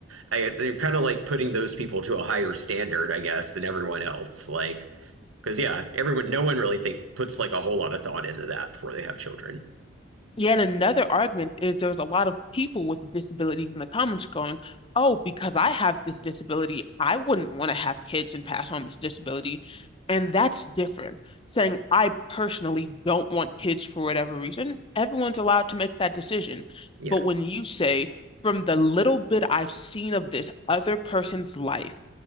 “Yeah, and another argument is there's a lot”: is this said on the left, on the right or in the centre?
Left